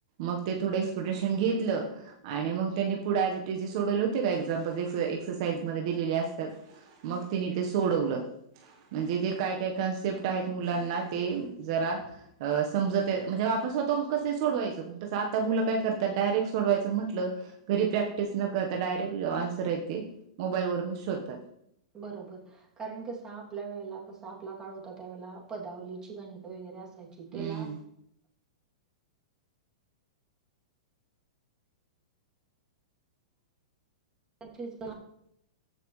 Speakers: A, on the right (about 50°); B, on the right (about 20°).
A: मग ते थोडं एक्सपेक्टेशन घेतलं आणि मग त्यांनी पुढे, याज ईट इज जी सोडवले होते का एक्झाम्पल, एक्सरसाइज मध्ये दिलेले असतात. मग तिने ते सोडवलं म्हणजे ते काय काय कन्सेप्ट आहेत मुलांना ते जरा अ समजत त्या म्हणजे आपण स्वतःहून कस सोडवायचं तसं आता मुलं काय करतात डायरेक्ट सोडवायचं म्हटलं घरी प्रॅक्टिस न करता डायरेक्ट आन्सर आहे ते मोबाईल वरून शोधतात
B: बरोबर कारण कसं आपल्या वेळेला कसं आपला काळ होता त्यावेेला पदावलीची गणित वगैरे असायची त्याला
A: हम्म
B: त्याच